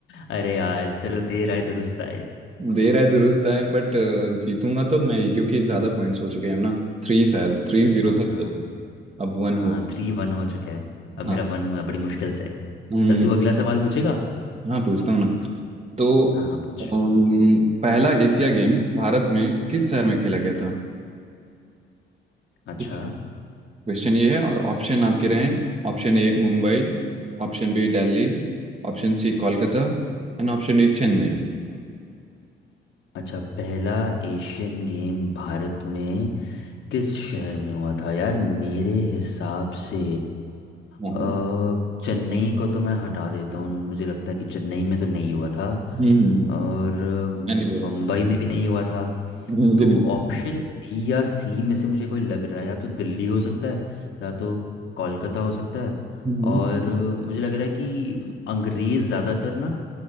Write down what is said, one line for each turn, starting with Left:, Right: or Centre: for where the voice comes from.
Left: अरे यार चलो देर आए दुरुस्त आए
Right: दे रहा है दुरुस्त टाइम बट जीतूंगा तो मैं ही, क्योंकि ज्यादा पॉइंट्स हो चुके हैं ना थ्री शायद थ्री जीरो
Left: हाँ
Right: था तो अब वन
Left: हाँ
Right: हो
Left: थ्री वन हो चुका है अब मेरा
Right: हाँ
Left: वन हुआ है, बड़ी मुश्किल से
Right: हम्म
Left: चल तू अगला सवाल पूछेगा
Right: हाँ पूछता हूँ ना तो
Left: हाँ हाँ पूछ
Right: अम, पहला एशिया गेम भारत में किस शहर में खेला गया था
Left: अच्छा
Right: ठीक है क्वेश्चन ये है और ऑप्शन आपके रहे Option A Mumbai Option B Delhi Option C Kolkata And option D Chennai
Left: अच्छा पहला एशियन गेम भारत में किस शहर में हुआ था यार मेरे हिसाब से
Right: हाँ, हम्म
Left: अ, चेन्नई को तो मैं हटा देता हूँ मुझे लगता है कि चेन्नई में तो नहीं हुआ था
Right: हम्म,
Left: और अ,
Right: मैं नहीं बोल
Left: मुंबई
Right: रहा
Left: में भी नहीं हुआ था
Right: हूँ, मुझे
Left: तो
Right: नहीं
Left: ऑप्शन बी या सी में से मुझे कोई लग रहा है या तो दिल्ली हो सकता है या तो कोलकाता हो सकता है
Right: हम्म
Left: और अ, मुझे लग रहा है कि अंग्रेज़ ज़्यादातर ना